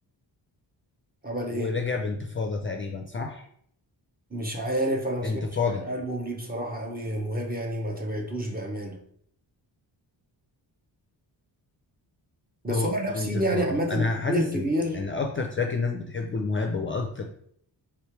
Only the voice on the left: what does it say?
ورجع بانتفاضة تقريبا صح؟
انتفاضة
هو
انتفاضة
انا حاسس
ان ان اكتر تراك الناس بتحبه المهاب هو اكتر